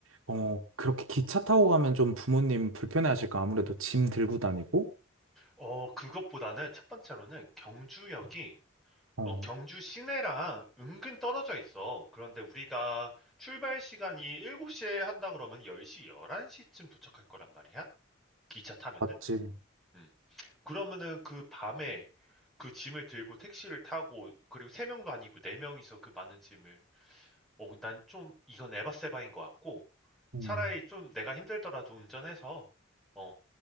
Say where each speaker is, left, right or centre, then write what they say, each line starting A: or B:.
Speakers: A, on the right; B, in the centre.
A: 어, 그렇게 기차 타고 가면 좀 부모님 불편해하실까? 아무래도 짐 들고 다니고?
B: 어, 그것보다는 첫 번째로는 경주역이,
A: 어,
B: 어, 경주 시내랑 은근 떨어져 있어. 그런데 우리가 출발 시간이 7시에 한다 그러면 10시, 11시쯤 도착할 거란 말이야. 기차 타면은?
A: 맞지.
B: 음. 그러면은 그 밤에 그 짐을 들고 택시를 타고 그리고 세 명도 아니고 네 명이서 그 많은 짐을 어, 난 좀 이건 에바세바인 것 같고
A: 음,
B: 차라리 좀 내가 힘들더라도 운전해서 어,